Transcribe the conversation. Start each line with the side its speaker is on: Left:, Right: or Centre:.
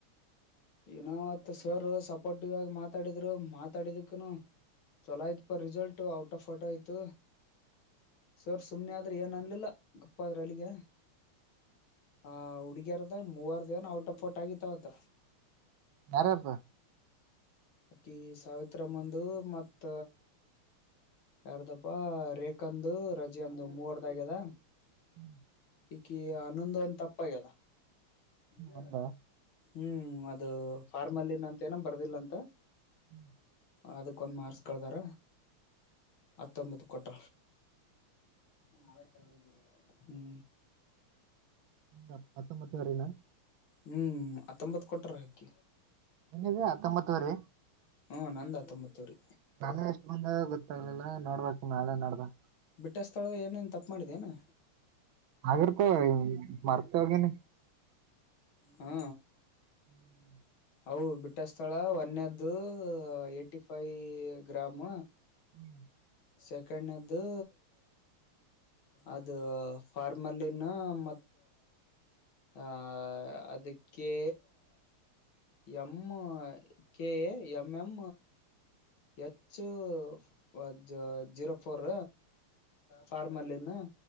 Left: ಏನೋ ಆತ್ ಸರ್ ಸಪೋರ್ಟಿವ್ ಆಗಿ ಮಾತಾಡಿದ್ರು ಮಾತಾಡಿದಕ್ಕನು ಚೊಲೋ ಆಯ್ತ್ ಪ ರಿಸಲ್ಟ್ ಔಟ್ ಆಫ್ ಟ ಆಯ್ತು ಸರ್ಸ ಸುಮ್ನೆ ಆದ್ರೆ ಏನ ಆಗ್ಲಿಲ್ಲ ಅಪ್ಪದ್ರ ಅಲ್ಲಿಗೆ ಆ ಹುಡುಗ್ಯರ್ದಾಗ ಮೂವರ್ ದೇವನ ಔಟ್ ಆಫ್ ೋರ್ಟ್ ಆಗಿತ್ವತ್ತ
Right: ಯಾರ ಇಪ
Left: ಅಕಿ ಸಾವಿತ್ರಾಮಂದು ಮತ್ತ ಯಾರ್ದಪ್ಪ ರೇಖಂದು ರಜೆ ಅಂದು ಮೂವರ್ದಾಗ್ಯದ
Right: ಹ್ಮ್
Left: ಈಕ ಹನ್ನೊಂದು ಒಂದ ತಪ್ಪಾಗ್ಯದ ನಿಜಾ
Right: ಒಂದ
Left: ಹ್ಮ್ ಅದು ಫಾರ್ಮಲ್ಲಿನ ಅಂತ ಏನ ಬರ್ದಿಲ್ಲ ಅಂತ
Right: ಹ್ಮ್
Left: ಅದಕ್ಕ ಒಂದ್ ಮಾರ್ಸ್ ಕಳದಾರ ಅ ಹತ್ತೊಂಬತ್ತು ಕೊಟ್ಟ ನಾಳೆಟ ಹ್ಮ್
Right: ಹ ಪತ್ತೊಂಬತ್ತು ವರೆನ
Left: ಹ್ಮ್ ಹತ್ತೊಂಬತ್ ಕೊಟ್ರ ಹಕ್ಕಿ
Right: ನಿನ್ನಿದೆ ಹತ್ತೊಂಬತ್ತುವರಿ
Left: ಹ ನಂದ ತೊಂಬತ್ತೂರಿ
Right: ನಳೆ ಎಷ್ಟು ಬಂದ ಗೊತ್ತಾಗ್ಲಿಲ್ಲ ನೋಡ್ಬೇಕಕ್ ನಾಳೆ ನೋಡ್ದ
Left: ಬಿಟ್ಟೆ ಸ್ಥಳದ ಏನೇನ್ ತಪ್ಪು ಮಾಡಿದೆನಾ
Right: ಹಾಗಿರ್ತ ಮರ್ತ ಹೋಗೇನೆ
Left: ಹಾ
Right: ಹ್ಮ್
Left: ಹೌ ಬಿಟ್ಟಸ್ಥಳ ಒನ್ಯದ್ದು ಏ್ಟಿ ಫೈವ ಗ್ರಾಮ್
Right: ಹ್ಮ್
Left: ಸೆಕೆಂಡ್ದ್ದು ಅದು ಫಾರ್ಮಲ್ಲಿನ ಮ ಆ ಅದಕ್ಕೆ ಎಂ ಕೆೇ ಎಂ ಎಂ ಹೆಚ್ಚು ಒ ಜೀರೋ ಫೋರ್ ಫಾರ್ಮ ಅಲ್ಲಿನ ಹ